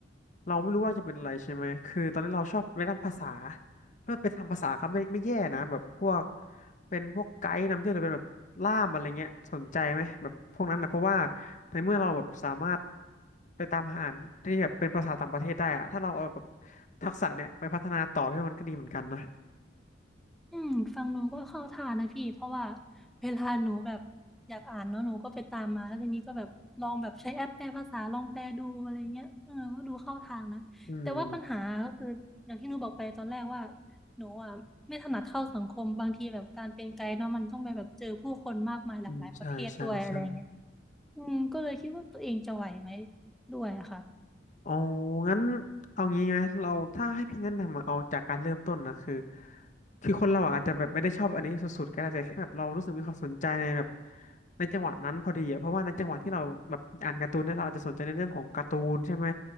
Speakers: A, on the left (about 40°); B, in the centre.
A: เราไม่รู้ว่าจะเป็นอะไรใช่ไหมคือตอนนี้เราชอบในด้านภาษาถ้าเป็นทางภาษาก็ไม่ไม่แย่นะแบบพวกเป็นพวกไกด์นำเที่ยวหรือเป็นแบบล่ามอะไรเงี้ยสนใจไหมแบบพวกนั้นนะเพราะว่าในเมื่อเราแบบสามารถไปตามหาอ่านที่แบบเป็นภาษาต่างประเทศได้อะถ้าเราเอาแบบทักษะเนี่ยไปพัฒนาต่อพี่ว่ามันก็ดีเหมือนกันนะ
B: อืมฟังหนูก็เข้าท่านะพี่เพราะว่าเวลาหนูแบบอยากอ่านเนาะหนูก็ไปตามมาแล้วทีนี้ก็แบบลองแบบใช้แอปแปลภาษาลองแปลดูอะไรเงี้ยเออก็ดูเข้าทางนะแต่ว่าปัญหาก็คืออย่างที่หนูบอกไปตอนแรกว่า
A: อืม
B: หนูอ่ะไม่ถนัดเข้าสังคมบางทีแบบการเป็นไกด์เนาะมันต้องไปแบบเจอผู้คนมากมายหลากหลายประเภทด้วยอะไรเงี้ย
A: อืมใช่ใช่ใช่
B: อืมก็เลยคิดว่าตัวเองจะไหวไหมด้วยอะค่ะ
A: อ๋องั้นเอางี้ไหมเราถ้าให้พี่แนะนำอะเอาจากการเริ่มต้นนะคือคือคนเราอะอาจจะแบบไม่ได้ชอบอันนี้สุดๆก็ได้แต่แค่แบบเรารู้สึกมีความสนใจในแบบในจังหวะนั้นพอดีอะเพราะว่าในจังหวะที่เราแบบอ่านการ์ตูนเนี่ยเราอาจจะสนใจในเรื่องของการ์ตูนใช่ไหม